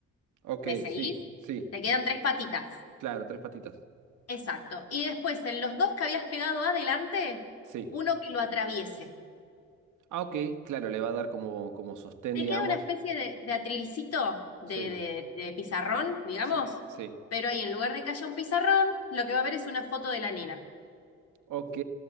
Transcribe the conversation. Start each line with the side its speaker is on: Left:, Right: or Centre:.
Right: Ok,
Left: ¿Me seguís?
Right: sí. Sí.
Left: Te quedan tres patitas.
Right: Claro, tres patitas.
Left: Exacto. Y después, en los dos que habías pegado adelante,
Right: Sí.
Left: uno que lo atraviese.
Right: Ah, ok. Claro, le va a dar como, como sostén,
Left: Te
Right: digamos.
Left: queda una especie de, de atrilcito de,
Right: Sí.
Left: de- de pizarrón, digamos,
Right: Sí. Sí.
Left: pero ahí en lugar de que haya un pizarrón, lo que va a haber es una foto de la nena.
Right: Ok.